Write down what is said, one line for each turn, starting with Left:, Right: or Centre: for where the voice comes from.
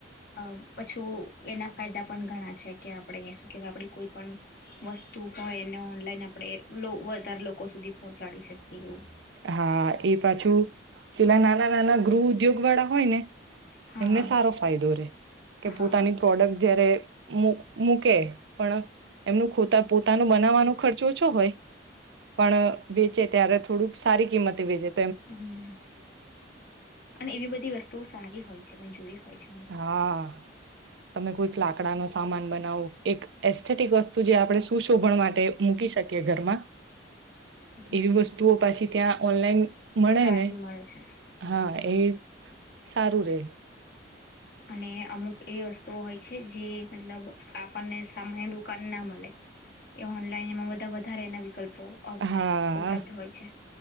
Left: અ પછું એના ફાયદા પણ ઘણા છે કે આપણે શું કેવાય આપડી કોઈ પણ વસ્તુ હોય એને ઓનલાઈન આપણે વધારે લોકો સુધી પહોંચાડી શકીએ એવું
Right: હા એ પાછું પેલા નાના નાના ગૃહ ઉદ્યોગ વાળા હોય ને
Left: હા
Right: એમને સારો ફાયદો રે કે
Left: હા
Right: પોતાની પ્રોડક્ટ જયારે મૂકે પણ એમનું ખ પોતાનું બનાવવાનો ખર્ચો ઓછો હોય પણ વેચે ત્યારે જ સારી કિમત વજે
Left: હમ અને એવી બધી વસ્તુઓ સારી હોય છે મેં જોઈ હોય છે અમુક.
Right: હા તમે કોઈક લાકડા ન સામાન બનાવું એક એસ્થેટિક વસ્તુ જે આપણે સુશોભન માટે મૂકી શકીએ ઘરમાં
Left: હમ
Right: એવી વસ્તુઓ પાછી ત્યાં ઓનલાઈન મળે
Left: સારી
Right: ને
Left: મળે છે.
Right: હા એ સારું રે
Left: અને અમુક એવી વસ્તુઓ હોય છે જે મતલબ આપણને સામાન્ય દુકાન ના મળે એ ઓનલાઈન એમાં બા વધારે એના વિકલ્પો
Right: હા
Left: ઉપલબ્ધ હોય છે